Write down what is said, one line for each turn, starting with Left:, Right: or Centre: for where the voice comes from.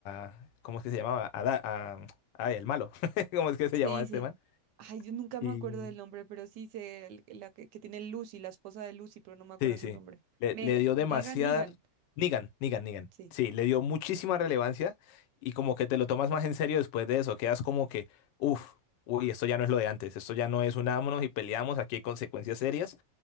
Left: a- ¿cómo es que se llamaba? A, Da- a- ay, el malo. <laughs> ¿Cómo es que se
Right: Sí,
Left: llamaba este
Right: sí.
Left: man?
Right: Ay, yo nunca
Left: Y
Right: me acuerdo del nombre, pero sí sé el- la que, que tiene Lucy, la esposa de Lucy, pero no me acuerdo
Left: Sí,
Right: su
Left: sí.
Right: nombre.
Left: Le,
Right: Negan,
Left: le dio demasiada...
Right: Negan, Negan.
Left: Negan, Negan, Negan.
Right: Sí.
Left: Sí, le dio muchísima relevancia y como que te lo tomas más en serio después de eso. Quedas como que, uff, uy, esto ya no es lo de antes. Esto ya no es unámonos y peleamos. Aquí hay consecuencias serias.